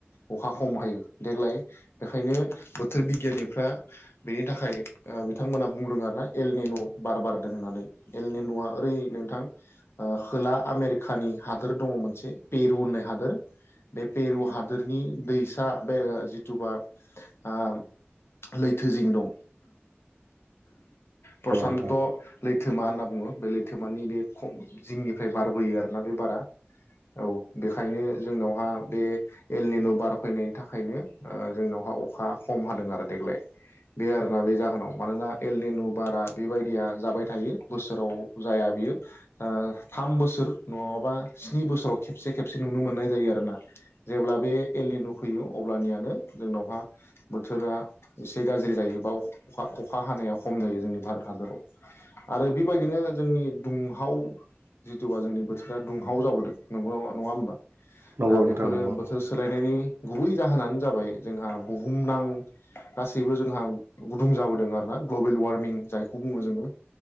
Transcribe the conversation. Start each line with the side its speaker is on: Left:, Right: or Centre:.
Left: अखा खम हायो देग्लाय बेखायनो बोथोर बिगियानिफ्रा बेनि थाखाय ओ बिथांमोना बुंदों आरो ना एलनिन' बार बारदों होननानै एलनिन'आ ओरै नोंथां ओ खोला आमेरिकानि हादोर दंङ मोनसे पेरु होननाय हादोर बे पेरु हादोरनि दैसा बे ओ जिथुबा ओ लैथोजिं दं। प्रसान्त
Right: नोंथां
Left: लैथोमा होनना बुंङो बे लैथोमानि बे जिंनिफ्राय बारबोयो आरोना बे बारा औ बेखायनो जोंनावहा बे एल नेन' बार फैनायनि थाखायनो जोंनावहा अखा खम हादों आरो देग्लाय बे आरोना बे जाहोनाव मानोना एल निनु बारा बेबायदिया जाबाय थायो बोसोराव जाया बियो ओ थाम बोसोर नंङाबा स्नि बोसोराव खेबसे खेबसे नुनो मोननाय जायो आरोना। जेब्ला बे एलनिनु फैयो अब्लानियानो जोंनावहा बोथोरा एसे गाज्रि जायो बाव अखा हानाया खम जायो जोंनि भारत हादराव आरो बेबायदिनो जोंनि दुंहाव जिथुबा जोंनि बोथोरा दुंहाव जाबोदोंंगौ नंङा होमबा? दा
Right: नंगौ नोंथां
Left: बेफोरो
Right: नंगौ
Left: बोथोर सोलायनायनि गुबै जाहोनानो जाबाय जोंहा बुहुम बुहुमनां गासैबो जोंहा गुदुं जाबोदों आर ना ग्लबेल वार्मिं जायखौ बुङो जोङो।